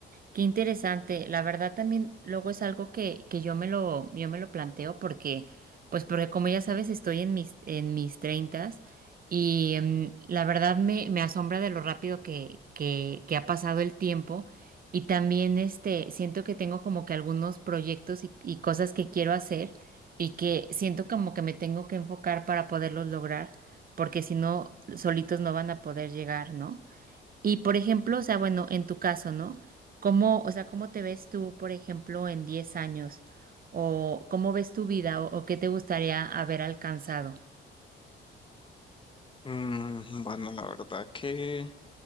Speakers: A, on the right; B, on the left.
A: qué interesante. La verdad también luego es algo que, que yo me lo, yo me lo planteo porque, pues porque como ya sabes, estoy en mis, en mis treintas y em, la verdad me, me asombra de lo rápido que, que, que ha pasado el tiempo y también este, siento que tengo como que algunos proyectos y, y cosas que quiero hacer y que siento como que me tengo que enfocar para poderlos lograr porque si no, solitos no van a poder llegar, ¿no? Y por ejemplo, o sea, bueno, en tu caso, ¿no? ¿Cómo, o sea, cómo te ves tú, por ejemplo, en 10 años? ¿O cómo ves tu vida? ¿O, o qué te gustaría haber alcanzado?
B: Mm, bueno, la verdad que